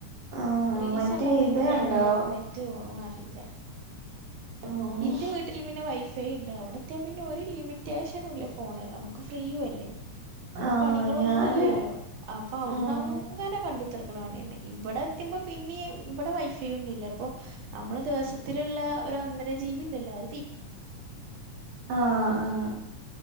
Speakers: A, on the right (about 60°); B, on the right (about 80°).
A: ആഹ്
B: റീൽസ
A: മറ്റേ
B: ണ്ടാ തന്നെ
A: ഇത്
B: നേ
A: കണ്ടോ
B: റ്റ്പോണ അറില്ല
A: ഉം
B: ഇന്റെ വീട്ട്ൽ പിന്നെ വൈഫ്‌ ഫൈ ണ്ട് അഒടത്തിയാ പിന്നെ ഒരു ലിമിറ്റേഷനുംല്ലേ ഫോണ് മക്ക് ഫ്രീയും അല്ലേ.
A: ആഹ്
B: പണികളൊന്നും
A: ഞാന്
B: ഇല്ലല്ലോ അപ്പ അഒട്ന്നങ്‌
A: ഉം
B: ങ്ങനെ കണ്ടുത്തർക്കണ പണി ന്നെ ഇബടെ എത്തുമ്പോ പിന്നീ ഇവടെ വൈ ഫൈ ഒന്നില്ല അപ്പോ നമ്മള് ദിവസത്തില്ള്ള ഒരു ഒന്നര ജീബി ണ്ടല്ലോ അഹ് തീ
A: ആഹ് ആഹ്